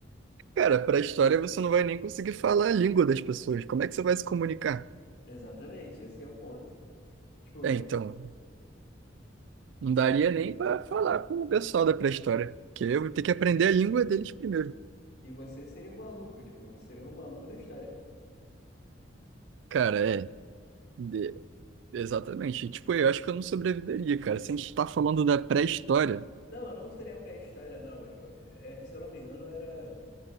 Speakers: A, on the right; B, on the left.
A: cara, pra história você não vai nem conseguir falar a língua das pessoas. Como é que você vai se comunicar?
B: Exatamente, esse é o ponto. Tipo,
A: É, então, não daria nem pra falar com o pessoal da pré-história, porque eu vou ter que aprender a língua deles primeiro.
B: e você seria um maluco, tipo, você seria um maluco da história.
A: Cara, é, de- exatamente. Tipo, eu acho que eu não sobreviveria, cara. Se a gente tá falando da pré-história,
B: Não, eu não seria pré-história, não, mas, pô, é, se eu não me engano, era.